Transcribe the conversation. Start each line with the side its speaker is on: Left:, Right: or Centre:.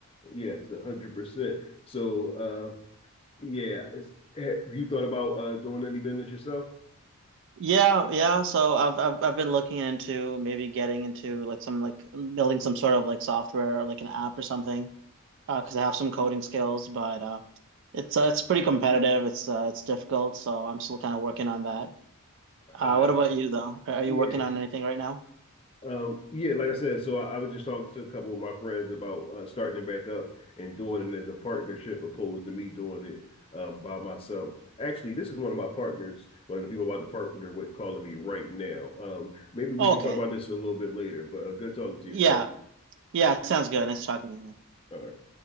Left: Yes, one hundred percent. So uh yeah, it's, have you thought about uh doing any business yourself?
Right: Yeah, yeah. So I've I've I've been looking into maybe getting into like some like building some sort of like software or like an app or something because uh, I have some coding skills, but uh, it's uh, it's pretty competitive. It's uh, it's difficult, so I'm still kind of working on that. Uh,
Left: Uh
Right: what about you though? Are, are you
Left: yeah,
Right: working on anything right now?
Left: Um, yeah, like I said, so I, I was just talking to a couple of my friends about uh, starting it back up and doing it as a partnership opposed to me doing it um, by myself. Actually, this is one of my partners, one of the people I'm about to partner with calling me right now. Um, maybe we
Right: Oh,
Left: could
Right: okay.
Left: talk about this a little bit later, but uh, good talking to
Right: Yeah.
Left: you, Ron.
Right: Yeah, sounds good. Nice talking to you. man.
Left: All right.